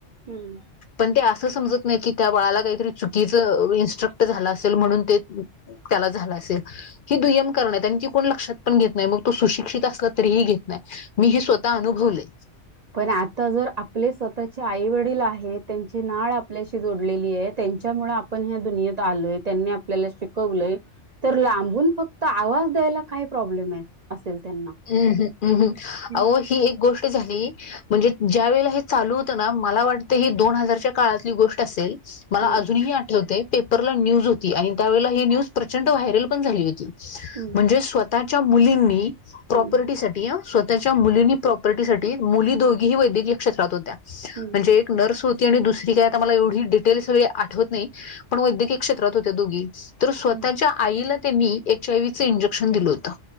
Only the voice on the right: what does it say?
हम्म <unintelligible>
पण आता जर आपले स्वतःचे आई वडील आहेत त्यांची नाळ आपल्याशी जोडलेली आहे त्यांच्यामुळे पण ह्या दुनियात आलोय त्यांनी आपल्याला शिकवलंय. तर लांबून फक्त आवाज द्यायला काही प्रॉब्लेम आहे असेल त्यांना
हम्म
हम्म
हम्म
हम्म
हम्म
हम्म